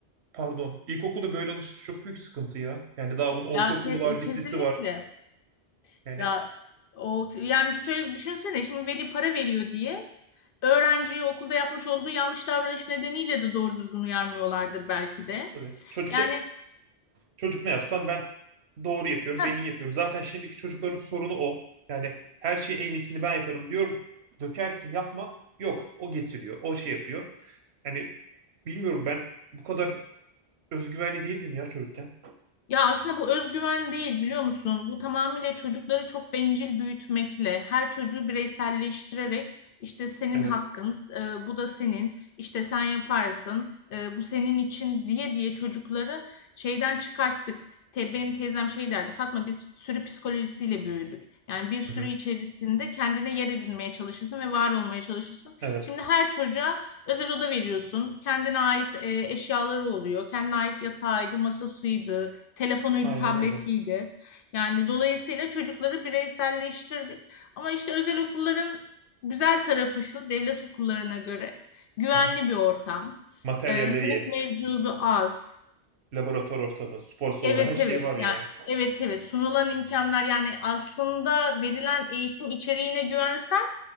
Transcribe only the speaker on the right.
pardon ilkokulda böyle alışırsa çok büyük sıkıntı ya. Yani daha bunun ortaokulu
var, lisesi
var. Yani
tabii. Çocuk
Çocuk ne yapsam ben doğru yapıyorum,
ben iyi yapıyorum. Zaten şimdiki çocukların sorunu o. Yani her şeyin en iyisini ben yaparım diyorum. Dökersin yapma. Yok, o getiriyor, o şey yapıyor. Yani bilmiyorum ben bu kadar özgüvenli değildim ya çocukken.
Evet.
Hı hı.
Evet.
Aynen
öyle.
Hı hı.
Materyalleri
ye.
Laboratuvar ortamı, spor salonu
her şey
var
ya.